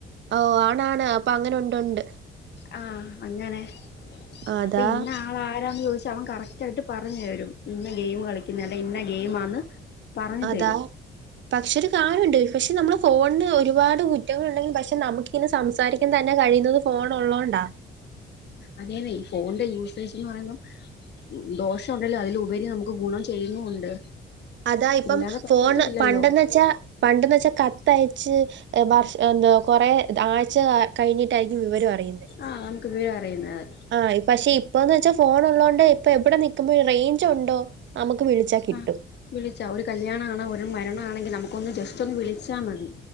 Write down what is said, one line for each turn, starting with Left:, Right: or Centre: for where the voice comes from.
Right: ഓ ആണാണ് അപ്പൊ അങ്ങനെ ഉണ്ട് ഉണ്ട്
Left: ആഹ അങ്ങനെ
Right: അതാ
Left: അപ്പൊ ഇന്ന ആള ആാര ചോിച്ച പ അവൻ കറക്റ്റ് ആയിട്ട് പറഞ്ഞ തരും ഇന്ന ഗെയിം കളിക്കുന്ന അല്ല ഇന്ന ഗെയിം ആന്ന് പറഞ്ഞു
Right: അതാ
Left: തരൂ
Right: പക്ഷെ ഒരു കാര്യമുണ്ട് പക്ഷെ നമ്മള് ഫോണിന് ഒരുപാട് കുറ്റങ്ങൾ ഉണ്ടെങ്കിലും പക്ഷെ നമുക്ക്ിങ്ങനെ സംസാരിക്കാൻ തന്നെ- കഴിയുന്നത് ഫോൺ ഉള്ളോണ്ടാ.
Left: അതന്നെ ഈ ഫോണിന്റെ യൂസേജ് എന്ന് പറയുമ്പം ദോഷം ഉണ്ടല്ലോ അതിലുപരി നമുക്ക് ഗുണം ചെയ്യുന്നുണ്ട്
Right: അതാ ഇപ്പം
Left: ഇല്ലാതെ പറ്റത്തുല്ലല്ലോ
Right: ഫോണ് പണ്ടെന്ന് വെച്ചാ പണ്ടെന്ന് വെച്ചാ ക ത്തയച്ച് വർഷ എന്താ കൊറെ ആഴ്ച കഴിഞ്ഞിട്ടായിരിക്കും വിവരം അറിയുന്നത്.
Left: ആഹ് നമുക്ക് വിവരം അറിയുന്നത്
Right: ആ പക്ഷെ ഇപ്പന്ന് വെച്ചാ ഫോൺ ഉള്ളോണ്ട് ഇപ്പ എവിടെ നക്കുമ്പോഴ റേഞ്ച് ഉണ്ടോ നമുക്ക് വിളിച്ചാ കിട്ടും
Left: ആഹ് വിളിച്ചാ ഒരു കല്യാ ആണോ ഒരു മരണമാണെങ്കിൽ നമുക്ക ഒന്ന് ജസ്റ്റ് ഒന്ന് വിളിച്ചാൽ മതി